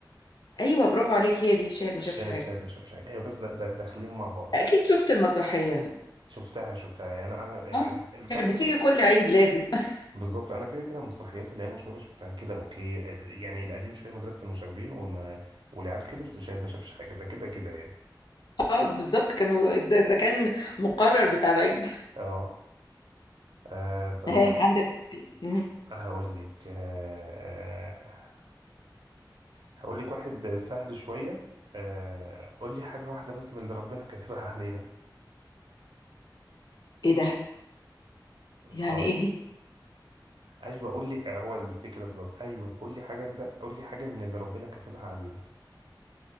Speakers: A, on the left; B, on the right.
A: ايوه برافو عليك هي دي شاهد ما
B: شاهد
A: شافش حاجه
B: شاهد ما شافش حاجه ايوه بس ده ده داخلين مع بعض
A: اكيد شفت المسرحيه
B: شفتها شفتها يعني انا ال-
A: اه
B: ال-
A: كانت
B: كام مصر
A: بتيجي كل عيد لازم <laughs>
B: بالظبط انا كده كده المسرحيات اللي هي مشهوره شفتها كده اوكي ال- يعني القديم شويه مدرسه المشاغبين وما والعيال كبرت وشاهد ما شافش حاجه ده كده كده يعني
A: اه بالظبط كانوا ده, ده كان مقرر بتاع العيد
B: اه آه،
A: <laughs>
B: طب
A: ها عندك مم.
B: هقول لك آه هقول لك واحد سهل شوية آه، قول لي حاجة واحدة بس من اللي ربنا كاتبها <laughs> علينا
A: ايه ده يعني
B: صعب
A: ايه دي
B: ايوه قول لي آه، هو اللي في كده بالظبط ايوه قول لي حاجة بقى قول لي حاجة من اللي ربنا كاتبها علينا